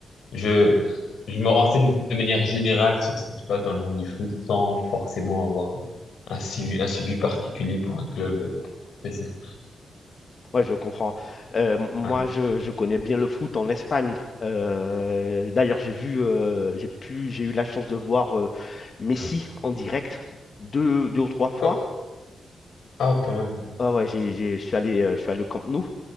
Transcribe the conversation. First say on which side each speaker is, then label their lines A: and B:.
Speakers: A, on the left; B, on the left.
A: je, je me renseigne de manière générale sur ce qui se passe dans le monde du foot sans forcément avoir un suivi, un suivi particulier pour un club. spécifique.
B: Ouais, je comprends. Euh, moi,
A: Ouais.
B: je, je connais bien le foot en Espagne. Euh, d'ailleurs, j'ai vu, euh, j'ai pu, j'ai eu la chance de voir euh, Messi en direct deux, deux ou trois fois.
A: Oh, ah, pas mal.
B: Ah ouais, j'ai, j'ai- je suis allé, euh, je suis allé au Camp Nou.